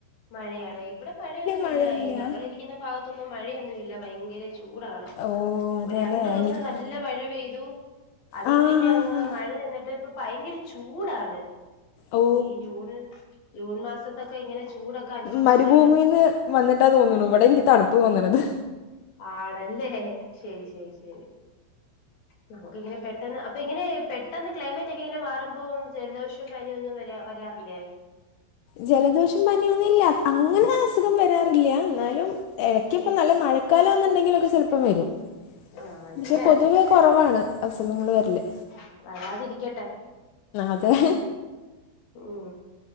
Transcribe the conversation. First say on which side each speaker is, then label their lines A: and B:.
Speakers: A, on the left; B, on the left.
A: മഴയാണ് ഇവിടെ മഴയൊന്നുമില്ല
B: മഴയില്ല
A: ഞങ്ങള് ഇരിക്കുന്ന ഭാഗത്തൊന്നും മഴയൊന്നുമില്ല ഭയങ്കര ചൂടാണ്
B: ഓ അതെല്ലേ
A: ഒരു രണ്ടു ദിവസം
B: എനിക്ക്
A: നല്ല മഴ പെയ്തു അത
B: ആ
A: പിന്നെ
B: ഹാ
A: അങ്ങ്
B: ഹാ
A: മഴ നിന്നിട്ട് ഇപ്പൊ ഭയങ്കര ചൂടാണ്
B: ഓ
A: ഈ ജൂൺ ജൂൺ മാസത്തൊക്കെ ഇങ്ങനെ ചൂടൊക്കെ അനുഭവപ്പെട്ട്
B: മരുഭൂമിന്ന് വന്നിട്ടാ തോന്നുന്നു ഇവിടെ എനിക്ക് തണുപ്പ് തോന്നണത്
A: ആണല്ലേ ശരി ശരി ശരി നമുക്ക് ഇങ്ങനെ പെട്ടെന്ന് അപ്പൊ ഇങ്ങനെ പെട്ടെന്ന് ക്ലൈമറ്റ് ഒക്കെ ഇങ്ങനെ മാറുമ്പ ഇപ്പോ ജലദോഷം പനിയൊന്നും വരാ വരാറില്ലേ
B: ജലദോഷം പനിയൊന്നുംല്ല അങ്ങനെ അസുഖം വരാറില്ല എന്നാലും ഇടക്ക
A: ഓ
B: ഇപ്പോ നല്ല മഴ മഴക്കാലം ഒന്നുണ്ടെങ്കിലൊക്കെ ചിലപ്പം വരും
A: ആഹ് ആരുമില്ലേ
B: പക്ഷെ പൊതുവേ കുറവാണ് അസുഖങ്ങൾ
A: ആ
B: വരല്
A: വരാതിരിക്കട്ടെ
B: അതെ
A: ഓ